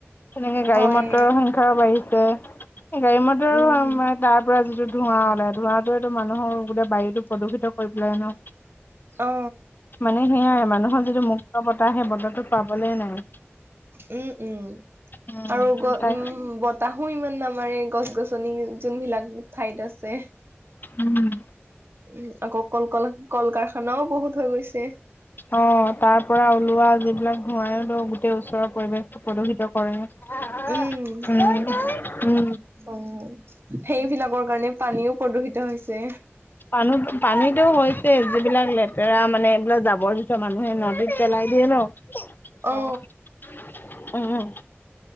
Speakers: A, on the left; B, on the right.
A: তেনেকে গাড়ী
B: হয়
A: ম টৰৰ সংখ্যাও বাঢ়িছে, এই গাড়ী মটৰো
B: উম
A: তাৰ পৰা যিটো ধোৱা ওলাই ধোৱাটো। ৱে টো মানুহৰ গোটেই বায়ুটো প্ৰদূষিত কৰি পেলাই ন।
B: অ
A: মানে সেয়াই মানুহৰ যিটো মুক্ত বতাহ সেই বতাহটো পাবলৈ নাই।
B: উম উম
A: উম
B: আৰু গ
A: তাই
B: উম বতাহো ইমান নামাৰে গছ-গছনি যোনবিলাক ঠাইত আছে।
A: উম।
B: উ আকৌ কল ক কল কাৰখানাও বহুত হৈ গৈছে।
A: অ তাৰ পৰা ওলোৱা যিবিলাক ধোঁৱাইটো গোটেই ওচৰৰ পৰিৱেশটো প্ৰদূষিত কৰে।
B: উম অ'
A: উম উম
B: সেইবিলাকৰ কাৰণে পানীও প্ৰদূষিত হৈছে।
A: পানী পানীটোও হৈ ছেই যিবিলাক লেতেৰা মানে এইবিলাক যাবৰ যুথৰ মানুহে নদীত পেলাই দিয়ে ন,
B: অ
A: অহ,